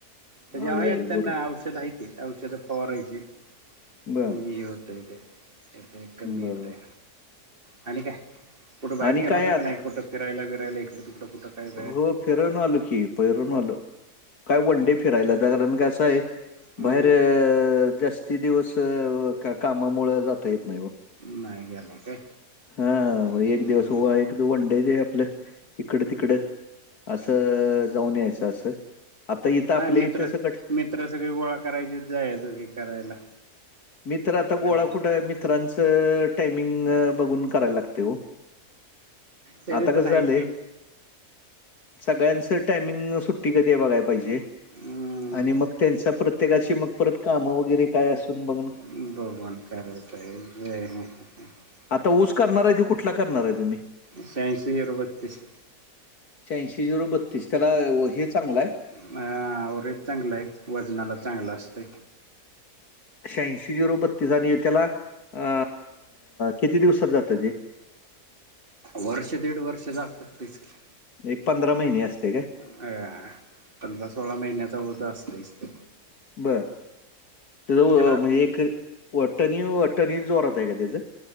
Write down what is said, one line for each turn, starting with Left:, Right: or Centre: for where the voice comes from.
Right: तर जे आहे
Left: आळी आळी बरोबर
Right: त्यांना औषधं आहे ते औषधं फवारायची
Left: बर
Right: म्हणजे हे होतंय ते येतय कमी
Left: बरोबर
Right: येतय, आणि काय? कुठे बाहेर
Left: आणि
Right: गेला
Left: काय
Right: होता
Left: आता
Right: का नाही कुठं फिरायला बीरायला इकडे तिकडं कुठं? काय बाहेर
Left: हो फिरवून आलो की फीरून आलो की, काय वन डे फिरायला जा कारण का असं आहे
Right: हम्म
Left: बाहेर जास्ती दिवस कामामुळे जाता येत नाही.
Right: नाही गेला काय.
Left: हा
Right: हम्म
Left: एक दिवस हो एकव वनडे दे आपलं इकड तिकड असं जाऊन यायचं असं आता इथं आपल्या
Right: मित्र
Left: इथे स कट
Right: मित्र सगळे गोळा करायचे जायचं हे करायला.
Left: मित्र आता
Right: फिरायला
Left: गोळा कुठं मित्रांचं टायमिंग बघून करायला लागते हो.
Right: तरीपण
Left: आता कसं झालंय
Right: ऐकते.
Left: सगळ्यांचं टायमिंग सुट्टी कधी आहे बघायला पाहिजे.
Right: हम्म
Left: आणि मग त्यांचा प्रत्येकाची मग परत काम वगैरे काय असून बघ
Right: <unintelligible>
Left: आता ऊस करणार आहे तो कुठला करणार आहे तुम्ही?
Right: शहाऐंशी झिरो बत्तीस
Left: श्याऐंशी झिरो बत्तीस. त्याला हे चांगलाय.
Right: आं. रेट चांगलाय. वजनाला चांगला असतोय.
Left: श्याऐंशी झिरो बत्तीस आणि त्याला अ किती दिवसात जात ते?
Right: वर्ष दीड वर्ष जाऊ शकतय की.
Left: एक पंधरा महिने असतय काय?
Right: आ. पंधरा सोळा महिन्याचा ऊस असतोयच तो.
Left: बरं. त्याचं
Right: त्याला
Left: म्हणजे एक वटणी वटणी जोरात आहे का त्याचं?